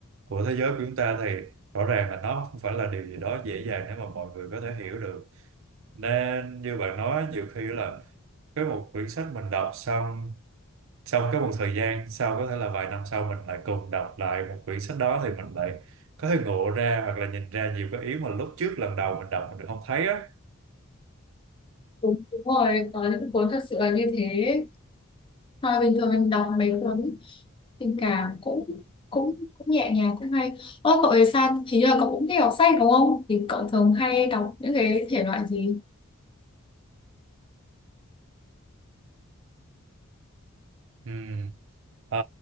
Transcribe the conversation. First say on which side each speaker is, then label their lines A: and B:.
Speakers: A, on the right; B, on the left.
A: của thế giới của chúng ta thì rõ ràng là nó không phải là điều gì đó dễ dàng để mà mọi người có thể hiểu được nên như bạn nói nhiều khi là cái một quyển sách mình đọc xong sau cái một thời gian sau có thể là vài năm sau mình lại cùng đọc lại một quyển sách đó thì mình lại có thể ngộ ra hoặc là nhìn ra nhiều cái ý mà lúc trước lần đầu mình đọc mình được không thấy á
B: đúng, đúng rồi có những cuốn thật sự là như thế mà bình thường mình đọc mấy cuốn tình cảm cũng cũng cũng nhẹ nhàng cũng hay ơ cậu thì sao hình như là cậu cũng thích đọc sách đúng không thì cậu thường hay đọc những cái thể loại gì
A: ừ. à,